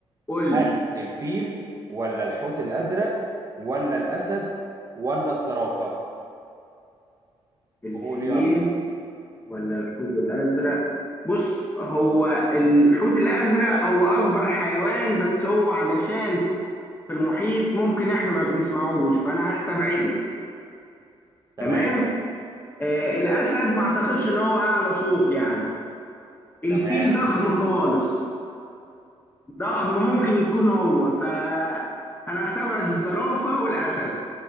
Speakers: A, on the left (about 20°); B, on the right (about 30°).
A: قول
B: هل
A: لي
B: الفيل ولا الحوت الازرق ولا الاسد ولا الزرافة
A: الفيل
B: قول يلا
A: ولا الحوت الأزرق بص هو الحوت الأزرق هو أكبر حيوان بس هو علشان في المحيط ممكن احنا ما بنسمعوش فانا هستبعده
B: تمام
A: تمام آه الاسد ما اعتقدش ان هو اعلى صوت يعني الفيل
B: تمام
A: ضخم خالص ضخم ممكن يكون هو فانا هستبعد الزرافه والاسد